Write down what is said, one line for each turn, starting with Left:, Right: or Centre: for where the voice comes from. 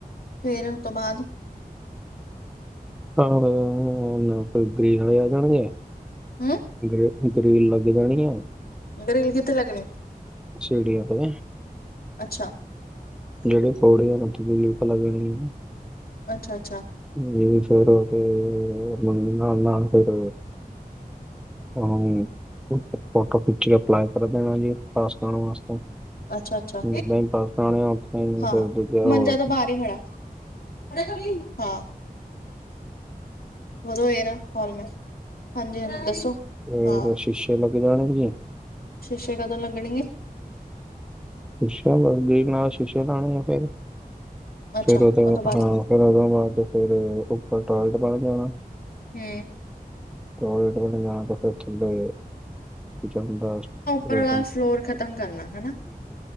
Left: ਫਿਰ ਉਤੋਂ ਬਾਅਦ
Centre: ਹਾਂ <unintelligible> ਤੇ ਗ੍ਰੀਨ ਵਾਲ
Left: ਹਮ
Centre: <unintelligible> ਰੀਲ ਲੱਗ ਜਾਣੀ ਆ।
Left: ਗਰਲੇ ਕਿੱਥੇ ਲਗਣੀ
Centre: ਸੜੀਆ ਤੇ
Left: ਅੱਛਾ।
Centre: ਜਿਹੜੇ ਕੌੜੇ ਉਹਨਾ ਤੇ ਲੇਪ, ਲੱਗਣੀ ਆ
Left: ਅੱਛਾ, ਅੱਛਾ।
Centre: ਜੀ ਫਿਰ ਉਹ ਤੇ ਮੰਮੀ ਨਾਲ-ਨਾਲ ਫਿਰ ਹਮ ਫੋਟੋ ਖਿੱਚ ਕੇ ਅਪਲਾਈ ਕਰ ਦੇਣਾ ਜੀ। ਪਾਸਪੋਰਟ ਵਾਸਤੇ।
Left: ਅੱਛਾ ਅੱਛਾ
Centre: ਘਰਦੇ ਪਏ
Left: ਹਾਂ
Centre: ਹੋ।
Left: ਮੰਜਾ ਤਾਂ ਬਾਹਰ ਹੀ ਖੜਾ <unintelligible> ਹਾਂ। ਵਧੋਂ ਏਦਾ ਫਾਰਮਸ ਹਾਂਜੀ-ਹਾਂਜੀ ਦੱਸੋ?
Centre: ਫੇਰ
Left: ਹਾਂ
Centre: ਸ਼ੀਸ਼ੇ ਲੱਗ ਜਾਣੇ ਜੀ।
Left: ਸ਼ੀਸ਼ੇ ਕਦੋਂ ਲੱਗਣਗੇ।
Centre: ਸ਼ਿਸ਼ ਲੇਣੀ ਹੈ ਫੇਰ।
Left: ਅੱਛਾ
Centre: ਫਿਰ ਉਦੋਂ
Left: ਉਹ ਤੋਂ ਬਾਅਦ
Centre: ਹਾਂ ਫਿਰ ਉਦੋਂ ਬਾਅਦ ਫਿਰ ਉੱਪਰ ਟੋਲਟ ਪਾ ਦੇਣਾ।
Left: ਹੂੰ
Centre: ਟੋਇਲੇਟ ਬਨਵਾ ਕੇ ਫਿਰ ਥੱਲੇ ਕਿਚਨ ਦਾ
Left: ਉਪਰਲਾ
Centre: ਕਰਦਾ
Left: ਫਲੋਰ ਖ਼ਤਮ ਕਰਨਾ ਹਨਾ